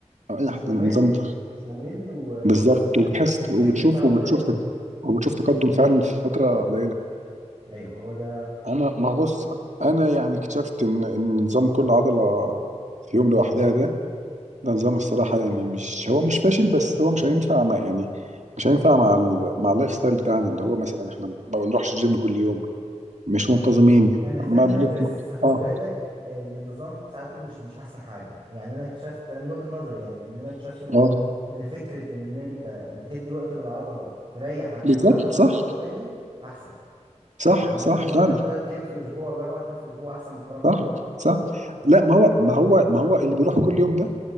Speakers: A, on the right; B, on the right.
A: اي
B: مش
A: حد
B: ممل
A: النظام ده
B: مش ممل وفي
A: بالظبط
B: نفس الوقت
A: وبتحس
B: الإفكت
A: وبتشوف
B: بتاعه
A: وبتشوف
B: جامد أوي
A: وبتشوف تقدم فعلا في فتره قليله
B: أيوه هو ده
A: انا ما بص انا يعني اكتشفت ان ان نظام كل عضله في يوم لوحدها ده ده نظام الصراحة يعني مش هو مش فاشل بس هو مش هينفع مع يعني مش هينفع مع ال... مع اللايف ستايل بتاعنا اللي هو مثلا احنا ما بنروحش الجيم كل يوم مش منتظمين
B: انا فاهمك
A: ما بن...
B: بس خد
A: اه
B: بالك آه، الانتظام ساعات مش مش احسن حاجه يعني انا اكتشفت انا من وجهه نظري يعني ان انا اكتشفت ان
A: اه
B: ان فكره ان انت بتدي وقت للعضله تريح بعد كده
A: بالظبط
B: تعرضها
A: صح
B: لضغط تاني احسن
A: صح
B: يعني ما
A: صح
B: تتمرن
A: فعلا
B: ثلاث ايام في الاسبوع ولا اربع ايام في الاسبوع احسن ما تتمرن كل
A: صح
B: يوم
A: صح لا ما هو ما هو ما هو اللي بيروح كل يوم ده